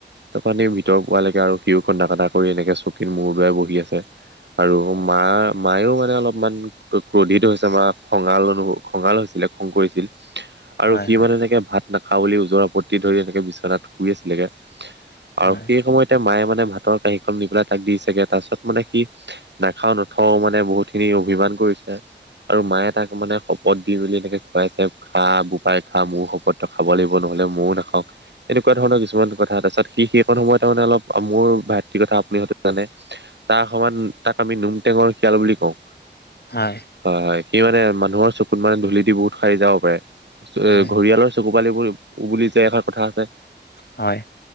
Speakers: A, on the right; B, on the left.
A: তাপা নি ভিতৰ পোৱালৈকে আৰু সিও কন্দা কতা কৰি এনেকে চকীত মূৰ দুৱাই বহি আছে। আৰু মা-মায়েও মানে অলপমান ক্ৰোধিত হৈছে বা খঙাল অনুভৱ খঙাল হৈছিলে খং কৰিছিল, আৰু
B: হয়
A: সি
B: হয়
A: মানে এনেকে ভাত নাখাওঁ বুলি ওজৰ আপত্তি ধৰি এনেকে বিচনাত শুই আছিলেগৈ, আৰু
B: হয়
A: সেই সময়ত তে মায়ে মানে ভাতৰ কাঁহীখন নি পেলাই তাক দিছেগে তাৰপিছত মানে সি নাখাওঁ নথও মানে বহুতখিনি অভিমান কৰিছে। আৰু মায়ে তাক মানে শপত দি বুলি এনেকে খুৱাইছে, খা বোপাই খা মোৰো শপত তই খাব লাগিব নহ'লে ময়ো নাখাওঁ। এনেকুৱা ধৰণৰ কিছুমান কথা তাৰপিছত সি সেইকণ সময়ত তাৰ মানে অলপ মোৰ ভাতৃ কথা আপুনি হয়তো জানে, তাৰ সমান তাক আমি নুম টেঙৰ শিয়াল বুলি কওঁ।
B: হয়।
A: হয় হয় সি মানে মানুহৰ চকুত মানে ধূলি দি বহুত সাৰি যাব পাৰে।
B: হয়
A: ঘঁৰিয়ালৰ চ চকুপানিবোৰ বুলি যে এষাৰ কথা আছে
B: হয়।